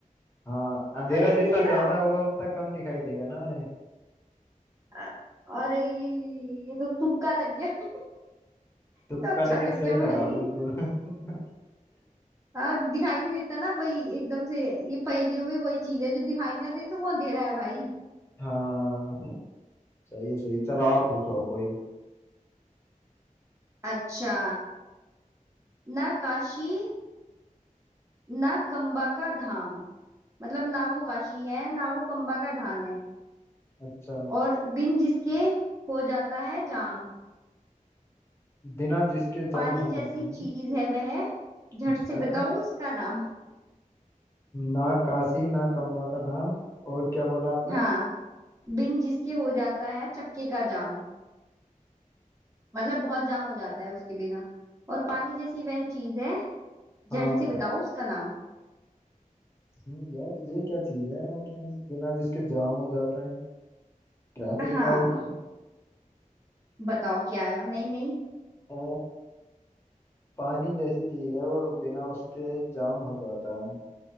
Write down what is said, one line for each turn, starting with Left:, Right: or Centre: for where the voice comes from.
Left: हाँ अंधेरा
Right: अरे अंधेरा
Left: जितना ज्यादा होगा उतना कम दिखाई देगा ना हमें
Right: अ- अरे ये तो तुक्का लग गया <laughs>
Left: तुक्का
Right: ये तो अच्छा
Left: लेकिन
Right: लग
Left: सही
Right: गया
Left: लगा
Right: भाई
Left: बिल्कुल <laughs>
Right: हाँ दिखाई नहीं देता ना वही एकदम से ये पहेलियों में वही चीज है जो दिखाई ना दे तो वो अंधेरा है भाई
Left: हाँ सही है सही है। चलो आप पूछो अब कोई
Right: अच्छा ना काशी ना कंबा का धाम मतलब ना वो काशी है ना वो कंबा का धाम है
Left: अच्छा
Right: और बिन जिसके हो जाता है जाम
Left: बिना जिसके
Right: पानी
Left: जाम हो
Right: जैसी
Left: जाते हैं
Right: चीज है वह झट
Left: अच्छा
Right: से बताओ उसका नाम
Left: ना काशी ना कमवा का नाम और क्या बोला आपने
Right: हाँ बिन जिसके हो जाता है चक्के का जाम मतलब बहुत जाम हो जाता है उसके बिना और पानी जैसी वह चीज है झट
Left: हाँ
Right: से बताओ उसका नाम
Left: हम्म, यार ये क्या चीज है मतलब बिना जिसके जाम हो जाता है Traffic
Right: हाँ
Left: light
Right: बताओ क्या है नहीं नहीं
Left: आ, पानी जैसी चीज है और बिना उसके जाम हो जाता है